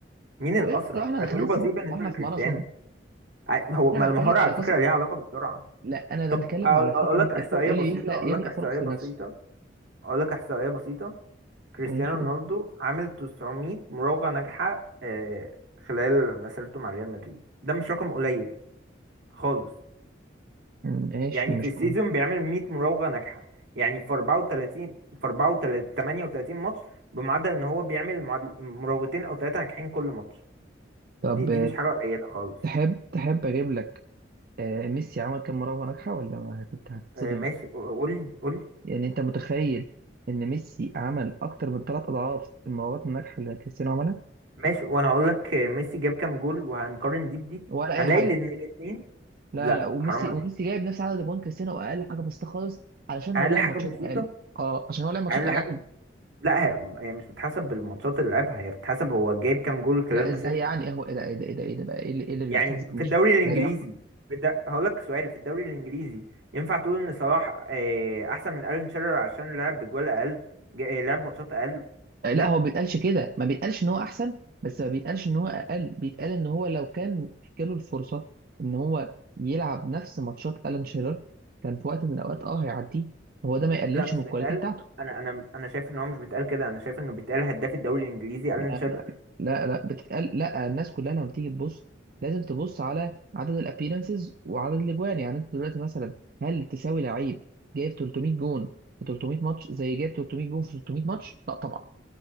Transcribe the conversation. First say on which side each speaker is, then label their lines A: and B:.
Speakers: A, on the right (about 80°); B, on the right (about 50°).
A: مين الاسرع
B: هو ايه اصلا احنا
A: اجويرو
B: داخلين
A: بطيء
B: سباق
A: بالنسبه
B: واحنا
A: لكريستيانو
B: في ماراثون
A: ع- هو ما
B: انا
A: المهاره
B: بتكلم
A: على
B: على قصه
A: فكره ليها علاقه بالسرعه
B: لا انا
A: طب
B: بتكلم
A: اقول
B: على فكره
A: أقول لك
B: ان
A: احصائيه
B: انت تقول
A: بسيطه
B: لي يخلق
A: اقول
B: يخلق
A: لك احصائيه
B: فرص
A: بسيطه
B: لنفسه
A: اقول لك احصائيه بسيطه كريستيانو
B: ماشي قول
A: رونالدو عامل 900 مراوغه ناجحه آه، خلال مسيرته مع ريال مدريد ده مش رقم قليل خالص
B: مم، ماشي
A: يعني
B: مش
A: في السيزون
B: قول
A: بيعمل 100 مراوغه ناجحه يعني في 34 في 34 38 ماتش بمعدل ان هو بيعمل معدل- مراوغتين او ثلاثه ناجحين كل ماتش
B: طب
A: دي دي
B: آه،
A: مش حاجه قليله خالص
B: تحب تحب اجيب لك آه، ميسي عمل كام مراوغه ناجحه ولا ما هت- هتتصدم
A: آه، ماشي قول قول
B: يعني انت متخيل ان ميسي عمل اكتر من ثلاث اضعاف المراوغات الناجحه اللي كريستيانو عملها
A: ماشي وانا هقول لك آه، ميسي جاب كام جول وهنقارن دي بدي
B: ولا
A: هنلاقي
B: اي حاجه
A: ان الاثنين
B: لا
A: لا
B: لا وميسي
A: حرام عليك
B: وميسي جايب نفس عدد جوان كريستيانو واقل حاجه بسيطه خالص علشان هو
A: اقل
B: لعب
A: حاجه
B: ماتشات
A: بسيطه
B: اقل اه عشان هو لعب ماتشات
A: اقل
B: اقل
A: حاجه لا هي هي مش بتحسب بالماتشات اللي لعبها هي بتحسب هو جايب كام جول خلال
B: لا
A: مسيرته
B: ازاي يعني إيه هو ايه ده ايه ده ايه ده إيه ده بقى ايه اللي إيه اللي بيتحسب
A: يعني في
B: مش
A: الدوري الانجليزي
B: يعني هو-
A: في الد... هقول لك سؤال في الدوري الانجليزي ينفع تقول ان صلاح آه، احسن من الين شيرر عشان لعب بجوال اقل جا- آه، لعب ماتشات اقل
B: لا
A: لا
B: هو ما بيتقالش كده ما بيتقالش ان هو احسن بس ما بيتقالش ان هو اقل بيتقال ان هو لو كان جاله الفرصه ان هو يلعب نفس ماتشات الان شيرر كان في وقت من الاوقات اه هيعديه فهو ده ما يقللش
A: لا مش
B: من الكواليتي
A: بيتقال
B: بتاعته
A: انا انا انا شايف ان هو مش بيتقال كده انا شايف انه بيتقال هداف الدوري الانجليزي الين
B: لا
A: شيرر
B: لا لا لا بتتقال لا الناس كلها لما بتيجي تبص لازم تبص على عدد الابيرنسز وعدد الاجوان يعني انت دلوقتي مثلا هل تساوي لعيب جايب 300 جون في 300 ماتش زي جايب 300 جون في 300 ماتش لا طبعا